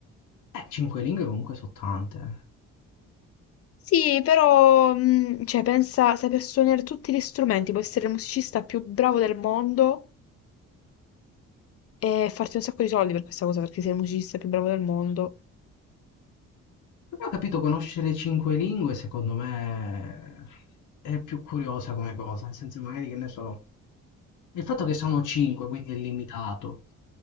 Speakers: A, on the left (about 75°); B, on the left (about 50°).
A: Eh, cinque lingue comunque sono tante.
B: Sì, però, mh, cioè, pensa, saper suonare tutti gli strumenti, puoi essere il musicista più bravo del mondo e farti un sacco di soldi per questa cosa, perché sei il musicista più bravo del mondo.
A: Però ho capito, conoscere cinque lingue secondo me è più curiosa come cosa, nel senso magari che ne so... Il fatto che sono cinque, quindi è limitato.